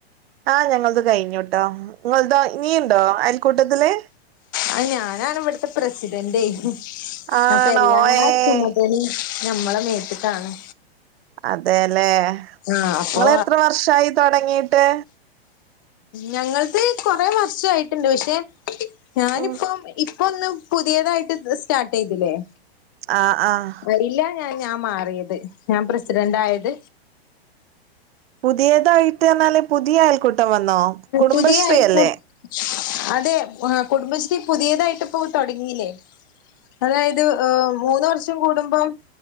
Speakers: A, on the right; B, on the left.
A: ആഹ് ഞങ്ങൾത് കയിഞ്ഞുട്ടോ നിങ്ങൾതോ നീ ഇണ്ടോ അയൽക്കൂട്ടത്തില്
B: ആ ഞാനാണ് വട്ത്തെ പ്രസിഡന്റെ യ്
A: ആണോ
B: അപ്പ എല്ലാ
A: ഏഹ്
B: ചുമതലയും ഞമ്മളെ മേത്ത്ക്കാണ്
A: അതേലേ...
B: ആഹ് അപ്പൊ
A: ങ്ങളെത്ര വർഷായി തൊടങ്ങീട്ട്
B: ഞങ്ങൾത് കൊറേ വർഷായിട്ടുണ്ട്. പക്ഷെ, ഞാനിപ്പം
A: ഉം
B: ഇ പ്പ ഒന്ന് പുതിയതായിട്ട് സ്റ്റാർട്ട് ചെയ്തില്ലേ
A: ആഹ് ആഹ്
B: അയ്ല ഞ ഞാൻ മാറ്യേത്. ഞാൻ പ്രസിഡന്റ് ആയത്
A: പുതിയതായിട്ട്ർഞ്ഞാല് പുതിയ അയൽക്കൂട്ടം വന്നോ കുടുംബശ്രീ
B: പുതിയ അയൽക്കൂട്ട
A: അല്ലേ
B: അതെ.. കുടുംബശ്രീ പുതിയതായിട്ട് ഇപ്പോ തൊടങ്ങില്ലേ അതായത് ഏ മൂന്ന് വർഷം കൂടുമ്പം